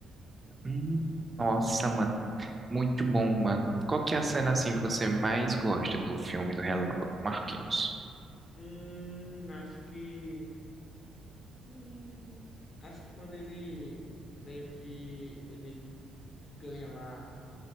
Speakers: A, on the right (about 25°); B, on the left (about 50°).
A: Hum, nossa,
B: né?
A: mano. Muito bom, mano. Qual que é a cena assim que você mais gosta do filme do Relâmpago Marquinhos?
B: Hum, acho que. Hum, acho que quando ele meio que ele ganha lá